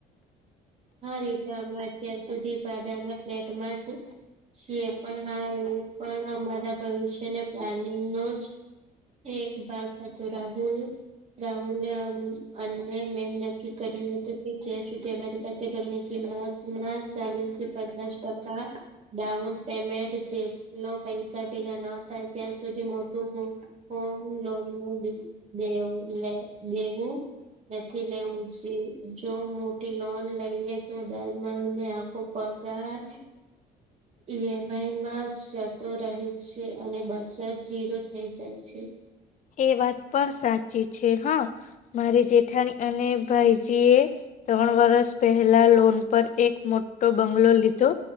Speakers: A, on the right; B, on the left.
A: હા રીટા અમે અત્યાર સુધી ભડાના ફ્લેટમાં જ છીએ પણ હા એ પણ અમારા ભવિષ્યના પ્લાનિંગ નો જ એક ભાગ હતો રાહુલ રાહુલે અને મે કર્યું હતું કે જ્યાં સુધી અમારી પાસે ઘરની કિંમત ના ચાલી થી પંચાસ ટકા ડાઉન પેમેન્ટ જેટલો પૈસા ભેગા ન થાય ત્યાં સુધી મોટું હોમ લોન નું દેવું લ દેવું નથી લેવું છે જો મોટી લોન લઈએ તો દર મહને આખો પગાર
B: <inaudible>
A: ઈ એમ આઈ માજ જતો રહે છે, અને બચત ઝીરો થઇ જાય છે.
B: એ વાત પણ સાચી છે હા મારી જેઠાણી અને ભાઈજી એ ત્રણ વર્ષ પહેલા લોન પર એક મોટો બંગલો લીધો.